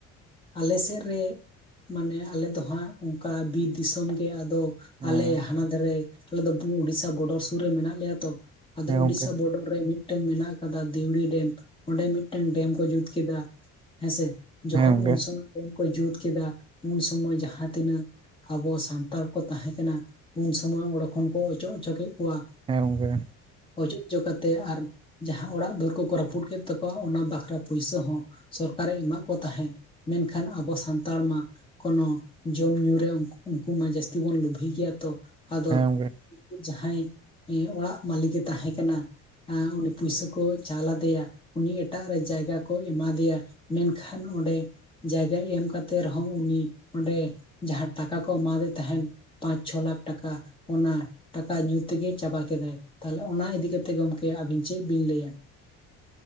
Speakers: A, on the left; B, on the right.
A: ᱟᱞᱮ ᱥᱮᱫ ᱨᱮ ᱢᱟᱱᱮ ᱟᱞᱮ ᱫᱚ ᱦᱟᱸᱜ ᱚᱱᱠᱟ ᱵᱤᱨ ᱫᱤᱥᱚᱢ ᱜᱮ ᱟᱫᱚ᱾
B: ᱦᱮᱸ
A: ᱟᱞᱮ ᱦᱟᱱᱟ ᱫᱷᱟᱨᱮ ᱟᱞᱮ ᱫᱚ ᱩᱲᱤᱥᱥᱟ ᱵᱚᱰᱟᱨ ᱥᱩᱨ ᱨᱮ ᱢᱮᱱᱟᱜ ᱞᱮᱭᱟ ᱛᱚ᱾ ᱟᱫᱚ
B: ᱦᱮᱸ ᱜᱚᱝᱠᱮ
A: ᱩᱲᱤᱥᱥᱟ ᱵᱳᱰᱚᱨ ᱨᱮ ᱢᱤᱫᱴᱝ ᱢᱮᱱᱟᱜ ᱠᱟᱫᱟ ᱫᱤᱣᱲᱤ ᱰᱮᱢ ᱚᱸᱰᱮ ᱢᱤᱫᱴᱟᱝ ᱰᱮᱢ ᱠᱚ ᱡᱩᱛ ᱠᱮᱫᱟ, ᱦᱮᱸᱥᱮ ᱡᱚᱠᱷᱚᱱ
B: ᱦᱮᱸ ᱜᱚᱝᱠᱮ
A: ᱩᱱ ᱥᱚᱢᱚᱭ ᱩᱱ ᱠᱚ ᱡᱩᱛ ᱠᱮᱫᱟ ᱩᱱ ᱥᱚᱢᱚᱭ ᱡᱟᱦᱟᱸ ᱛᱤᱱᱟᱹᱜ ᱟᱵᱚ ᱥᱟᱱᱛᱟᱲ ᱠᱚ ᱛᱟᱦᱮᱸ ᱠᱟᱱᱟ ᱩᱱ ᱥᱚᱢᱚᱭ ᱚᱸᱰᱮ ᱠᱷᱚᱱ ᱠᱚ ᱚᱪᱚᱜ ᱚᱪᱚ ᱠᱮᱫ ᱠᱚᱣᱟ᱾
B: ᱦᱮᱸ ᱜᱚᱝᱠᱮ
A: ᱚᱡᱚᱜ ᱦᱚᱪᱚ ᱠᱟᱛᱮᱮᱫ ᱟᱨ ᱡᱟᱦᱟᱸ ᱚᱲᱟᱜ ᱫᱩᱣᱟᱹᱨ ᱠᱚᱠᱚ ᱨᱟᱹᱯᱩᱫ ᱠᱮᱫ ᱛᱟᱠᱚᱣᱟ, ᱚᱱᱟ ᱵᱟᱠᱷᱨᱟ ᱯᱩᱭᱥᱟᱹ ᱦᱚᱸ ᱥᱚᱨᱠᱟᱨᱮ ᱮᱢᱟᱟᱜ ᱠᱚ ᱛᱟᱦᱮᱸᱫ᱾ ᱢᱮᱱᱠᱷᱟᱱ ᱟᱵᱚ ᱥᱟᱱᱛᱟᱲ ᱢᱟ ᱠᱳᱱᱳ ᱡᱚᱢ ᱧᱩ ᱨᱮ ᱩᱱᱠᱩ ᱢᱟ ᱡᱟᱹᱥᱛᱤ ᱵᱚᱱ ᱞᱳᱵᱷᱮ ᱜᱮᱭᱟ ᱛᱚ᱾ ᱟᱫᱚ
B: ᱦᱮᱸ ᱜᱚᱝᱠᱮ
A: ᱡᱟᱦᱟᱸᱭ ᱚᱲᱟᱜ ᱢᱟᱹᱟᱞᱤᱠᱮ ᱛᱟᱦᱮᱸ ᱠᱟᱱᱟ, ᱩᱱᱤᱼᱼ ᱯᱩᱭᱥᱟᱹ ᱠᱚ ᱪᱟᱞ ᱟᱫᱮᱭᱟ ᱩᱱᱤ ᱮᱴᱟᱜ ᱨᱮ ᱡᱟᱭᱜᱟ ᱠᱚ ᱮᱢᱟ ᱫᱮᱭᱟ ᱢᱮᱱᱠᱷᱟᱱ ᱚᱸᱰᱮ᱾ ᱡᱟᱭᱜᱟ ᱮᱢ ᱠᱟᱛᱮᱜ ᱨᱮᱦᱚᱸ ᱩᱱᱤ ᱚᱸᱰᱮ ᱡᱟᱦᱟᱸ ᱴᱟᱠᱟ ᱠᱚ ᱮᱢᱟᱫᱮ ᱛᱟᱦᱮᱸᱱ ᱯᱟᱸᱪ ᱪᱷᱚ ᱞᱟᱠᱷ ᱴᱟᱠᱟ ᱚᱱᱟ ᱴᱟᱠᱟ ᱧᱩ ᱛᱮᱜᱮ ᱪᱟᱵᱟ ᱠᱮᱫᱟᱭ ᱛᱟᱦᱞᱮ ᱚᱱᱟ ᱤᱫᱤ ᱠᱟᱛᱮᱜ ᱜᱚᱢᱠᱮ ᱟᱵᱤᱱ ᱪᱮᱫ ᱵᱤᱱ ᱞᱟᱹᱭᱟ?